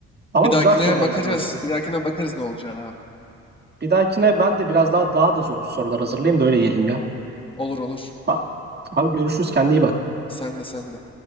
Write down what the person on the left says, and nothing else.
Bir
dahakine
bakacağız.
Bir dahakine bakarız ne olacağını abi.
Olur olur.
Sen de sen de.